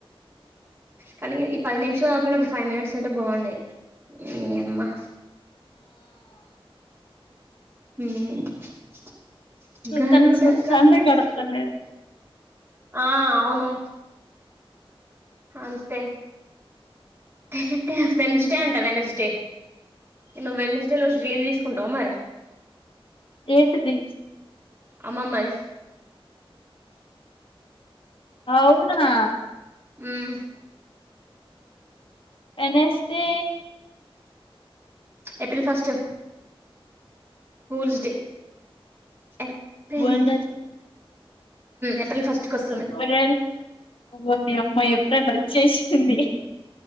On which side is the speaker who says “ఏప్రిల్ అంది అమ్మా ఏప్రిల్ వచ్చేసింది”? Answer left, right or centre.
Left